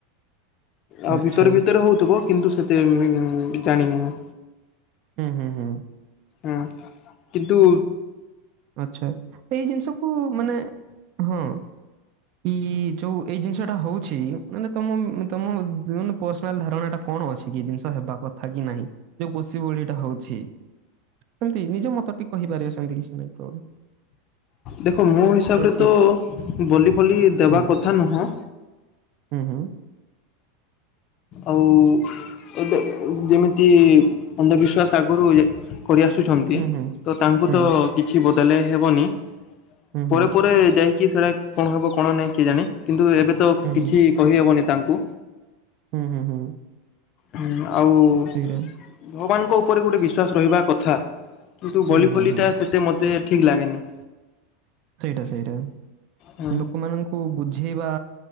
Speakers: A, on the left (about 45°); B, on the right (about 55°).
A: ଆଉ
B: ଆଚ୍ଛା
A: ଭିତରେ ଭିତରେ ହଉଥିବ କିନ୍ତୁ ସେତେ ଇମ୍ ଜାଣିନି ମୁଁ
B: ହୁଁ ହୁଁ ହୁଁ।
A: ହଁ କିନ୍ତୁ
B: ଆଛା। ଏଇ ଜିନିଷକୁ ମାନେ ହଁ ଏଇ କି ଯୋଉ ଏଇ ଜିନିଷଟା ହଉଛି ମାନେ ତମ ମମ୍ ତମ ମାନେ ପର୍ସନାଲ ଧାରଣା ଟା କଣ ଅଛି କି ଜିନିଷ ହେବା କଥା କି ନାହିଁ? ଯୋଉ ପଷି ବଳିଟା ହଉଛି ସେମିତି ନିଜ ମତ ଟିକେ କହିପାରିବ ସେମିତି କିଛି ନାଇଁ ପ୍ରୋବ୍ଲେମ।
A: ଦେଖ ମୋ ହିସାବରେ
B: ଠିକ୍
A: ତ ବଲି ଫଲି ଦେବା
B: ହୁଁ,
A: କଥା ନୁହଁ
B: ହୁଁ ହୁଁ।
A: ଆଉ ଏଦେ ଯେମିତି ଅନ୍ଧବିଶ୍ଵାସ ଆଗରୁ କରିଆସୁଛନ୍ତି
B: ହୁଁ, ହୁଁ,
A: ତ ତାଙ୍କୁ
B: ହୁଁ,
A: ତ କିଛି ବଦଳାଇ ହେବନି
B: ହୁଁ, ହୁଁ, ହୁଁ,
A: ପରେ ପରେ ଯାଇକି ସେଟା କଣ ହବ କଣ ନାହିଁ କିଏ ଜାଣେ କିନ୍ତୁ ଏବେ ତ
B: ହୁଁ,
A: କିଛି କହିହବନି ତାଙ୍କୁ
B: ହୁଁ ହୁଁ ହୁଁ।
A: ହଁ ଆଉ ଭଗବାନଙ୍କ
B: ସେଇଟା।
A: ଉପରେ ଗୋଟେ ବିଶ୍ଵାସ ରହିବା କଥା। କିନ୍ତୁ ବଲି
B: ହୁଁ, ହୁଁ,
A: ଫଲି
B: ହୁଁ,
A: ଟା ସେତେ ମୋତେ ଠିକ ଲାଗେନି।
B: ସେଇଟା ସେଇଟା
A: ହଁ
B: ଲୋକମାନଙ୍କୁ ବୁଝେଇବା